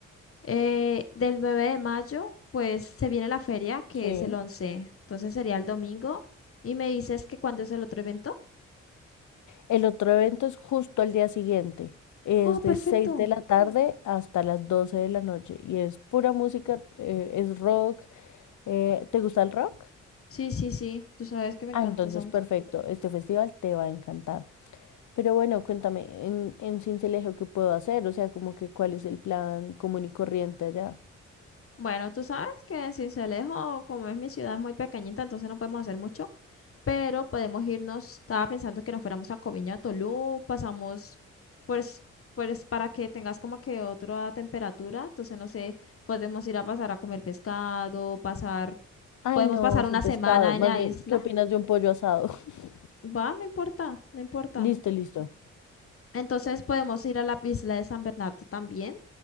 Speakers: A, on the left; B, on the left.
A: Eh, del 9 de mayo, pues se viene la feria, que
B: Sí.
A: es el 11, entonces sería el domingo. Y me dices que cuándo es el otro evento.
B: El otro evento es justo al día siguiente. Es
A: Oh, perfecto.
B: de 6 de la tarde hasta las 12 de la noche y es pura música, eh, es rock. Eh, ¿te gusta el rock?
A: Sí, sí, sí, tú sabes que me
B: Ah,
A: encanta
B: entonces
A: Sams.
B: perfecto, este festival te va a encantar. Pero bueno, cuéntame, en, en Sincelejo, ¿qué puedo hacer? O sea, como que cuál es el plan común y corriente allá.
A: Bueno, tú sabes que en Sincelejo, como es mi ciudad, es muy pequeñita, entonces no podemos hacer mucho. pero podemos irnos, estaba pensando que nos fuéramos a Coviña, a Tolú, pasamos pues, pues para que tengas como que otra temperatura, entonces no sé, podemos ir a pasar a comer pescado, pasar,
B: Ay,
A: podemos
B: no,
A: pasar
B: sin
A: una semana
B: pescado.
A: en
B: Más
A: la
B: bien,
A: isla,
B: ¿qué opinas de un pollo asado? <laughs>
A: va, no importa, no importa.
B: Listo, listo.
A: Entonces podemos ir a la isla de San Bernardo también